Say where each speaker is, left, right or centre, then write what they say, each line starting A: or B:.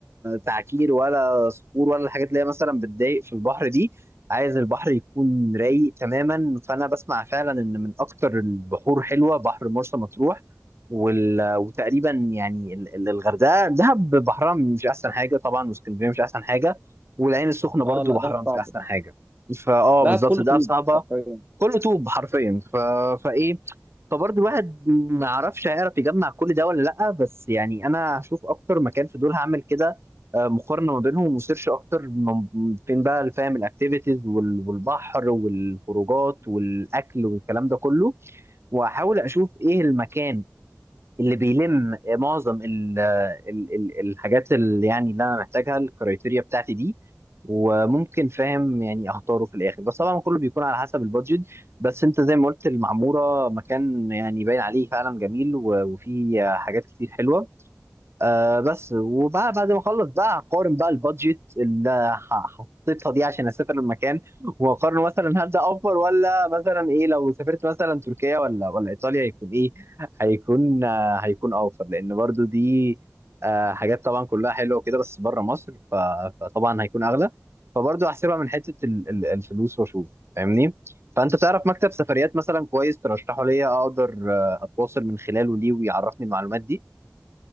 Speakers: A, on the right (about 55°); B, on the right (about 35°).
A: تعكير ولا صخور ولا الحاجات اللي هي مثلا بتضايق في البحر دي عايز البحر يكون رايق تماما فانا بسمع فعلا ان من اكتر البحور حلوه بحر مرسى مطروح وال... وتقريبا يعني ال- ال- الغردقه دهب بحرها مش احسن حاجه طبعا واسكندريه مش احسن حاجه والعين السخنه برضو
B: اه لا
A: بحرها
B: ده
A: مش
B: صعب
A: احسن حاجه فاه
B: ده
A: بالظبط
B: بكل
A: ده
B: طول
A: صعبه
B: حرفيا
A: كله طوب حرفيا ف... فايه فبرضه الواحد ما يعرفش هيعرف يجمع كل ده ولا لأ بس يعني أنا هشوف أكتر مكان في دول هعمل كده آه، مقارنة ما بينهم وسيرش أكتر من- فين بقى فاهم الأكتيفيتيز وال- والبحر والخروجات والأكل والكلام ده كله وأحاول أشوف إيه المكان اللي بيلم معظم ال ال ال الحاجات اللي يعني اللي انا محتاجها الكرايتيريا بتاعتي دي وممكن فاهم يعني اختاره في الاخر بس طبعا كله بيكون على حسب البادجت بس انت زي ما قلت المعموره مكان يعني باين عليه فعلا جميل و- وفيه حاجات كتير حلوه آه بس وبقى بعد ما اخلص بقى هقارن بقى البادجت اللي ح- حطيتها دي عشان اسافر المكان واقارن مثلا هل ده اوفر ولا مثلا ايه لو سافرت مثلا تركيا ولا ولا ايطاليا هيكون ايه هيكون آه هيكون اوفر لان برضو دي آه حاجات طبعا كلها حلوه وكده بس بره مصر ف- فطبعا هيكون اغلى فبرضو هحسبها من حته ال- ال- الفلوس واشوف فاهمني فانت تعرف مكتب سفريات مثلا كويس ترشحه ليا اقدر آه، اتواصل من خلاله ليه ويعرفني المعلومات دي